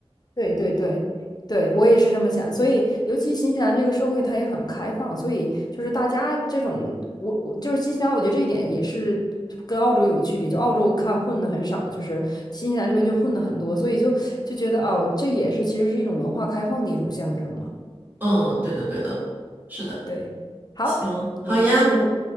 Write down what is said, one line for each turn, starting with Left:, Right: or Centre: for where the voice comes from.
Left: 对对对，对，我也是这么想。所以，尤其新西兰这个社会，它也很开放，所以就是大家这种，我我就是新西兰，我觉得这一点也是跟澳洲有区别。就澳洲看混的很少，就是新西兰这边就混的很多，所以就就觉得哦，这也是其实是一种文化开放的一种象征嘛。
Right: 嗯，对的对的，是的，
Left: 对，好，
Right: 行，好呀。
Left: 很开心我